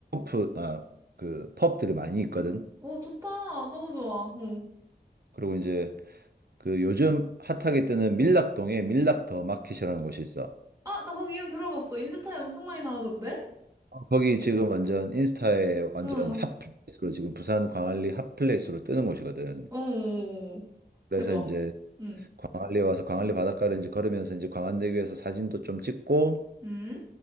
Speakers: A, on the right; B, on the right.
A: 펍, 아, 그 펍들이 많이 있거든.
B: 오, 좋다. 너무 좋아. 어
A: 그리고 이제 그 요즘 핫하게 뜨는 밀락동에 밀락 더 마켓이라는 곳이 있어.
B: 아, 나 거기 이름 들어봤어. 인스타에 엄청 많이 나오던데?
A: 거기 지금 완전 인스타에 완전
B: 응,
A: 핫플레이스로 지금 부산 광안리 핫플레이스로 뜨는 곳이거든.
B: 오.
A: 그래서
B: 대박.
A: 이제
B: 응,
A: 광안리에 와서 광안리 바닷가를 이제 걸으면서 이제 광안대교에서 사진도 좀 찍고
B: 응,